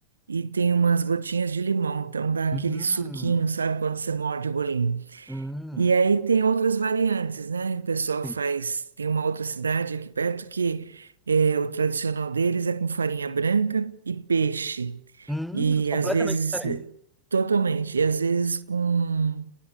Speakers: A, on the right (about 75°); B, in the centre.
A: e tem umas gotinhas de limão, então dá aquele
B: Hum,
A: suquinho, sabe, quando você morde o bolinho.
B: hum,
A: E aí tem outras variantes, né? O pessoal
B: sim.
A: faz, tem uma outra cidade aqui perto que eh, o tradicional deles é com farinha branca e peixe.
B: Hum,
A: E
B: completamente
A: às vezes,
B: diferente.
A: totalmente, e às vezes com